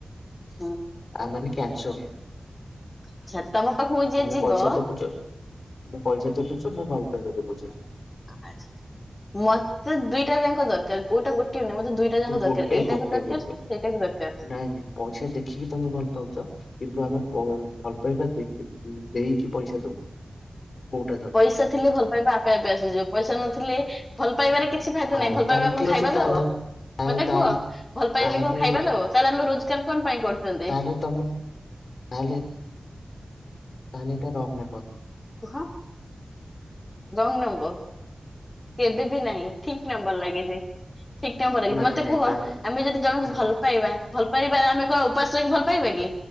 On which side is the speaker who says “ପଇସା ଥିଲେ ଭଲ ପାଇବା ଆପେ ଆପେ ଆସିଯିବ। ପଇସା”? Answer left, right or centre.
Left